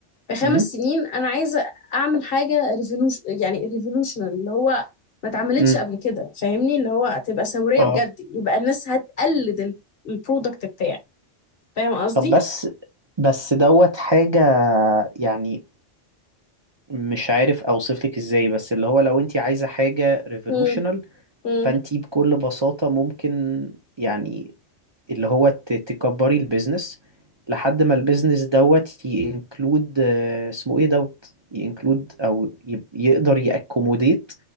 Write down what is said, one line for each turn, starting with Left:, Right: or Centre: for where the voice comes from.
Left: في خمس
Right: امم
Left: سنين انا عايزه اعمل حاجه ريفولوش يعني ريفولوشنال اللي هو ما اتعملتش
Right: امم
Left: قبل كده فاهمني اللي هو تبقى ثوريه
Right: أه
Left: بجد يبقى الناس هتقلد ال- البرودكت بتاعي فاهم قصدي
Right: طب بس بس دوت حاجة يعني مش عارف أوصف لك إزاي بس اللي هو لو أنتي عايزة حاجة ريفولوشنال
Left: مم. مم.
Right: فأنتي بكل بساطة ممكن يعني اللي هو ت- تكبري البيزنس لحد ما البيزنس دوت ينكلود آه، اسمه ايه دوت ينكلود او يب- يقدر يأكوموديت